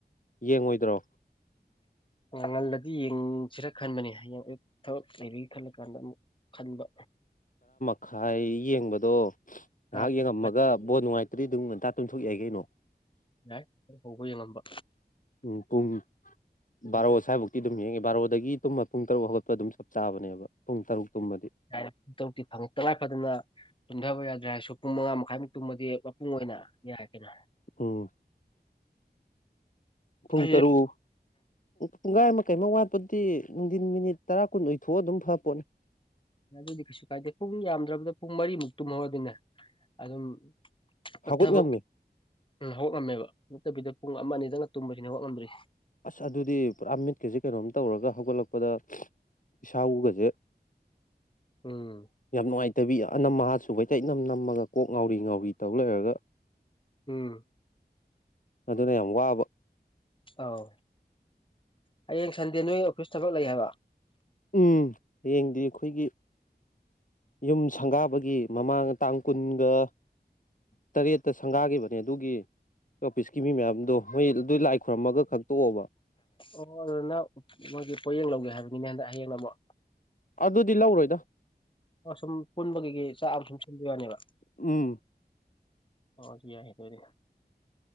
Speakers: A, on the left; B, on the left.
A: ꯌꯦꯡꯉꯣꯏꯗ꯭ꯔꯣ
B: ꯎꯝ ꯉꯜꯂꯦ ꯑꯗꯨ ꯌꯦꯡꯁꯤꯔ ꯈꯟꯕꯅꯦ ꯍꯌꯦꯡ ꯊꯕꯛ ꯂꯩꯕꯦ ꯈꯜꯂ ꯀꯥꯟꯗ ꯑꯃꯨꯛ ꯈꯟꯕ
A: ꯈꯥꯏ ꯌꯦꯡꯕꯗꯣ
B: ꯇꯔꯥ
A: ꯉꯥꯏꯍꯥꯛ
B: ꯃꯈꯥꯏ
A: ꯌꯦꯡꯉꯝꯃꯒ ꯕꯣꯠ ꯅꯨꯡꯉꯥꯏꯇ ꯗꯤ ꯑꯗꯨꯝ ꯉꯟꯇꯥ ꯇꯨꯝꯊꯣꯛ ꯌꯥꯏ ꯀꯩꯅꯣ
B: ꯌꯥꯏ ꯍꯧꯕ ꯌꯦꯡꯉꯝꯕ
A: ꯎꯝ ꯄꯨꯡ ꯕꯥꯔꯣ
B: ꯎꯝ
A: ꯁ꯭ꯋꯥꯏꯐꯥꯎꯛꯇꯤ ꯑꯗꯨꯝ ꯌꯦꯡꯉꯤ ꯕꯥꯔꯣ ꯑꯗꯒꯤ ꯇꯨꯝꯕ ꯄꯨꯡ ꯇꯔꯨꯛ ꯍꯧꯒꯠꯄ ꯑꯗꯨꯝ ꯆꯞ ꯆꯥꯕꯅꯦꯕ ꯄꯨꯡ ꯇꯔꯨꯛ ꯇꯨꯝꯕꯗ
B: ꯌꯥ ꯇꯧꯛꯇꯤ ꯐꯪꯉꯛꯇ ꯂꯥꯛꯄꯗꯅ ꯇꯨꯝꯊꯕ ꯌꯥꯗ꯭ꯔꯦ ꯍꯥꯏꯔꯁꯨ ꯄꯨꯡ ꯃꯉꯥ ꯃꯈꯥꯏꯃꯨꯛ ꯇꯨꯝꯃꯗꯤ ꯃꯄꯨꯡ ꯑꯣꯏꯅ ꯌꯥꯏ ꯀꯩꯅꯣ
A: ꯎꯝ ꯊꯨꯡ
B: ꯐꯩꯌꯦ
A: ꯇꯔꯨꯛ ꯄꯨꯡꯈꯥꯏ ꯑꯃ ꯀꯩ ꯑꯃ ꯋꯥꯠꯄꯗꯤ ꯅꯨꯡꯊꯤꯟ ꯃꯤꯅꯤꯠ ꯇꯔꯥ ꯀꯨꯟ ꯑꯣꯏꯊꯣꯛꯑ ꯑꯗꯨꯝ ꯐꯄꯣꯠꯅꯤ
B: ꯑꯗꯨꯗꯤ ꯀꯩꯁꯨ ꯀꯥꯏꯗꯦ ꯄꯨꯡ ꯌꯥꯝꯗ꯭ꯔꯕꯗ ꯄꯨꯡ ꯃꯔꯤꯃꯨꯛ ꯇꯨꯝꯍꯧꯔꯗꯤꯅꯦ ꯑꯗꯨꯝ ꯄꯠꯊꯕ
A: ꯍꯧꯒꯠ ꯉꯝꯃꯤ
B: ꯍꯧꯂꯝꯝꯃꯦꯕ ꯅꯠꯇꯕꯤꯗ ꯄꯨꯡ ꯑꯃ ꯑꯅꯤꯗꯪꯅ ꯇꯨꯝꯕꯁꯤꯅꯦ ꯍꯧꯛ ꯉꯝꯗ꯭ꯔꯤ
A: ꯑꯁ ꯑꯗꯨꯗꯤ ꯄꯨꯔꯥ ꯃꯤꯠꯀꯁꯤꯦ ꯀꯩꯅꯣꯝ ꯇꯧꯔꯒ ꯍꯧꯒꯠꯂꯛꯄꯗ ꯏꯁꯥ ꯎꯒꯁꯦ
B: ꯎꯝ
A: ꯌꯥꯝ ꯅꯨꯡꯉꯥꯏꯇꯦ ꯇꯕꯤ ꯑꯅꯝ ꯑꯥ ꯁꯨꯕꯩꯇꯩ ꯏꯅꯝ ꯅꯝꯃꯒ ꯀꯣꯛ ꯉꯥꯎꯔꯤ ꯉꯥꯎꯔꯤ ꯇꯧ ꯂꯩꯔꯒ
B: ꯎꯝ
A: ꯑꯗꯨꯅ ꯌꯥꯝ ꯋꯥꯕ
B: ꯑꯧ ꯍꯌꯦꯡ ꯁꯟꯗꯦ ꯅꯣꯏ ꯑꯣꯐꯤꯁ ꯊꯕꯛ ꯂꯩ ꯍꯥꯏꯕ
A: ꯎꯝ ꯍꯌꯦꯡꯗꯤ ꯑꯩꯈꯣꯏꯒꯤ ꯌꯨꯝ ꯁꯪꯒꯥꯕꯒꯤ ꯃꯃꯥꯡ ꯇꯥꯡ ꯀꯨꯟꯒ ꯇꯔꯦꯠꯇ ꯁꯪꯒꯥꯈꯤꯕꯅꯦ ꯑꯗꯨꯒꯤ ꯑꯣꯐꯤꯁꯀꯤ ꯃꯤ ꯃꯌꯥꯝꯗꯣ ꯃꯣꯏ ꯑꯗꯨ ꯂꯥꯏ ꯈꯨꯣꯏꯔꯝꯃꯒ ꯈꯪꯇꯣꯛꯑꯣꯕ
B: ꯑꯣ ꯑꯗꯨꯅ ꯃꯣꯏꯒꯤ ꯄꯣꯠꯌꯦꯡ ꯂꯧꯒꯦ ꯍꯥꯏꯕꯅꯤꯅꯦ ꯍꯟꯗꯛ ꯍꯌꯦꯡꯅ ꯑꯃꯨꯛ
A: ꯑꯗꯨꯗꯤ ꯂꯧꯔꯣꯏꯗ
B: ꯁꯨꯝ ꯄꯨꯟꯕꯒꯤ ꯆꯥꯛ ꯑ ꯊꯨꯝ ꯁꯤꯟꯕꯤ ꯌꯥꯅꯦꯕ
A: ꯎꯝ
B: ꯍ ꯁꯤ ꯌꯥꯏꯗꯔ